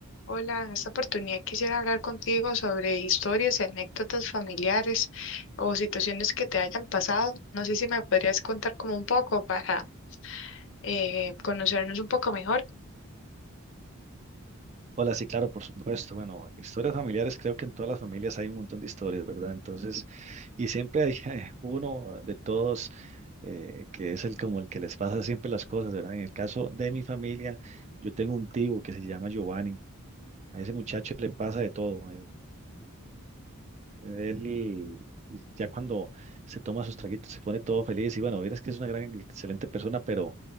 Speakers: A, on the left; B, on the right.
A: Hola, en esta oportunidad quisiera hablar contigo sobre historias y anécdotas familiares o situaciones que te hayan pasado. No sé si me podrías contar como un poco para eh, conocernos un poco mejor.
B: Hola, sí, claro, por supuesto. Bueno, historias familiares, creo que en todas las familias hay un montón de historias, ¿verdad? Entonces, y siempre hay <laughs> uno de todos eh, que es el como el que les pasa siempre las cosas, ¿verdad? En el caso de mi familia, yo tengo un tío que se llama Giovanni. A ese muchacho le pasa de todo. eh, él ya cuando se toma sus traguitos se pone todo feliz y bueno, verás que es una gran, excelente persona, pero